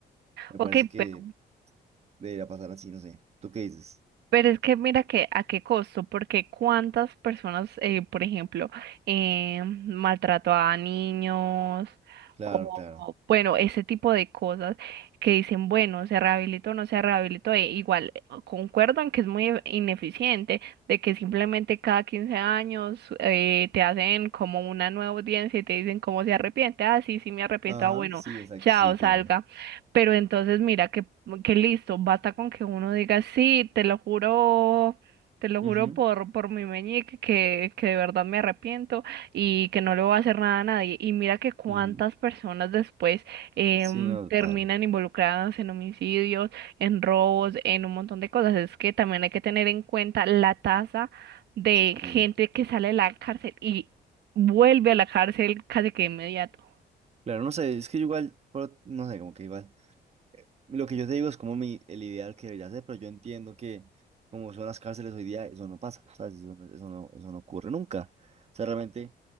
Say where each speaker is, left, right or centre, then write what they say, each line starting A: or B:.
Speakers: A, on the right; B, on the right.
A: Me
B: Ok,
A: parece que
B: pero
A: debería pasar así, no sé. ¿Tú qué dices?
B: Pero es que mira que a qué costo, porque cuántas personas, eh, por ejemplo, eh, maltrato a niños
A: Claro,
B: o,
A: claro.
B: bueno, ese tipo de cosas que dicen, bueno, se rehabilitó o no se rehabilitó, e igual eh, concuerdo en que es muy ineficiente, de que simplemente cada 15 años eh, te hacen como una nueva audiencia y te dicen cómo se arrepiente, ah, sí, sí me arrepiento,
A: Ajá,
B: ah, bueno,
A: sí, exacto,
B: chao,
A: sí, entiendo.
B: salga. Pero entonces mira que, que listo, basta con que uno diga, sí, te lo juro, te lo juro
A: Ujú,
B: por, por mi meñique que, que de verdad me arrepiento y que no le voy a hacer nada a nadie. Y mira que cuántas
A: ujú.
B: personas después em,
A: Sí, no,
B: terminan
A: total.
B: involucradas en homicidios, en robos, en un montón de cosas. Es que también hay que tener en cuenta la tasa de
A: Sí.
B: gente que sale de la cárcel y vuelve a la cárcel casi que de inmediato.
A: Claro, no sé, es que yo igual, pero no sé, como que igual. Lo que yo te digo es como mi, el ideal que debería ser, pero yo entiendo que como son las cárceles hoy día, eso no pasa, ¿sabes? Eso, no- eso no, eso no ocurre nunca. O sea, realmente,